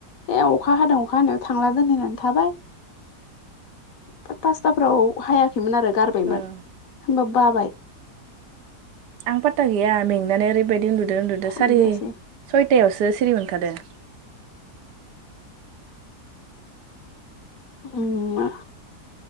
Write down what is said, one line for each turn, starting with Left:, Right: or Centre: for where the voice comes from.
Left: बे अखा हादों अखा हानायाव थांला दोनै होननानै थाबाय फाय पासताफोराव हायाखै खैमोन आरो गारबायमोन
Right: ओं
Left: होमबा बाबाय
Right: आं पाता गैया मेंनानै ओरैबायदि उन्दुदो उन्दुदो
Left: थांदियासै
Right: सारि सय तायावसो सिरि मोनखादो
Left: उम